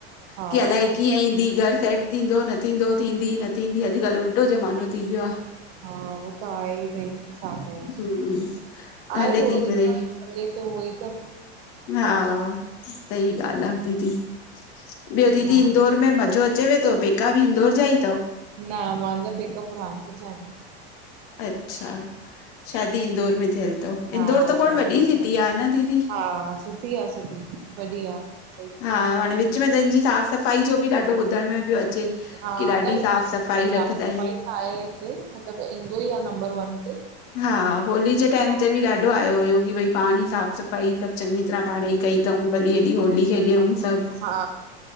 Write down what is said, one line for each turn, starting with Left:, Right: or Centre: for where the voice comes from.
Right: हा
Left: की अलाए कीअं ईंदी घर सेट थींदो न थींदो थींदी न थींदी अॼुकल्ह उल्टो ज़मानो थी वियो आ।
Right: हा उहो त आहे ई भई छा कयूं
Left: हम्म,
Right: आहे
Left: हले
Right: थोरो
Left: थी
Right: सो
Left: मिड़ई
Right: हले त उहोई त
Left: हा सही ॻाल्हि आ दीदी, ॿियो दीदी
Right: हा
Left: इंदौर में मज़ो अचेवे थो? पेका बि इंदौर जा ई? थव
Right: न मुंहिंजा पेका बुरहानपुर जा आहेन।
Left: अच्छा, शादी इंदौर में थियल तव, इंदौर
Right: हा
Left: त खोड़
Right: शादी
Left: वॾी सिटी
Right: में
Left: आहे न दीदी?
Right: हा सुठी आहे सिटी वॾी आहे सही
Left: हा हाणे विच में हिनजी साफ़ सफ़ाई जो बि ॾाढो ॿुधण में पियो अचे।
Right: हा
Left: की ॾाढी
Right: न हिते
Left: साफ़
Right: त
Left: सफ़ाई
Right: ईलाई
Left: रखंदा
Right: आहे सफाई।
Left: आहिनि
Right: आहे हिते। मतलबु ईंदो ई आहे नंबर वन ते।
Left: हा होली जे टाइम
Right: हा
Left: ते बि ॾाढो आयो हुयो की भई पाणी साफ़ सफ़ाई सभु चङी तरह पाणे ई कई तऊं भली हेॾी होली खेॾियऊं सभु
Right: हा।